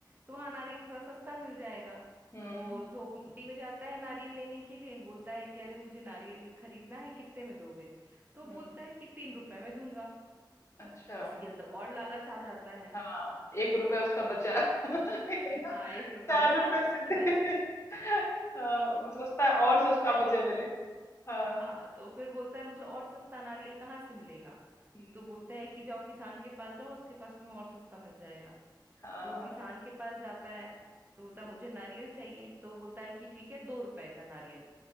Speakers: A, on the right; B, on the left.
A: तो वहां नारियल थोड़ा सस्ता मिल जाएगा
B: हम्म
A: वो थोक मंडी में जाता है नारियल लेने के लिए बोलता है कि अरे मुझे नारियल खरीदना है कितने में दोगे तो
B: हम्म
A: बोलता है कि तीन रुपए में दूंगा
B: अच्छा
A: उसके अंदर और लालच आ जाता है
B: हाँ एक रुपया उसका बचा <laughs> है ना
A: हाँ एक रुपया
B: चार
A: बचा
B: रुपए
A: उसको
B: से
A: लालच
B: <laughs> हाँ वो सस्ता
A: तीन
B: और सस्ता
A: रुपए
B: मुझे
A: का हो
B: मिले
A: गया
B: हाँ
A: हाँ तो फिर बोलता है मुझे और सस्ता नारियल कहाँ से मिलेगा
B: हम्म।
A: तो बोलता है कि जाओ किसान के पास जाओ उसके पास तुम्हें और सस्ता मिल जाएगा
B: हाँ
A: तो वो
B: हाँ
A: किसान के पास जाता है तो बोलता
B: हम्म,
A: है मुझे नारियल चाहिए तो बोलता है कि ठीक है दो रुपए का नारियल